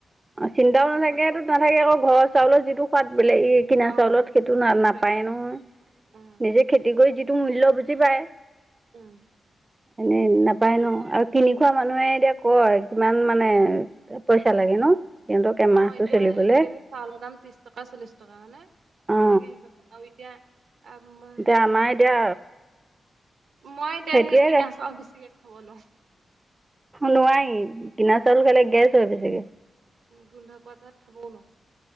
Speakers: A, on the right; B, on the right.
A: চিন্তাও
B: আকৌ
A: নাথাকে
B: আকৌ
A: একো
B: হেৰি
A: নাথাকে
B: নহয়
A: আকৌ ঘৰৰ চাউলৰ যিটো সোৱাদ বেলেগ ই কিনা
B: অ
A: চাউলত সেইটো না
B: সেইটোৱে
A: নাপায় নহয়
B: উম
A: নিজে খেতি কৰি যিটো মূল্য বুজি পায়।
B: উম-
A: এনে নাপায় ন আৰু কিনি খোৱা মানুহে এতিয়া কয় কিমান মানে- পইচা লাগে ন সিহঁতক এমাহটো
B: অ এতিয়া
A: চলিবলে
B: এক কেজি চাউৰ দাম ত্ৰিশ টকা চল্লিশ টকা হয় নে
A: অ
B: এনেকে- এতিয়া আম
A: এতিয়া
B: সেই সেইটো
A: আমাৰ এতিয়া
B: কি কয়। মই দে
A: সেইটোৱে
B: সেই কিনা চাল বেছিকে খাব নোৱাওং-
A: নোৱ কিনা চাউল খালে গেছ হয় বেছিকে-
B: গোন্ধ পোৱা তাত খাবও ন-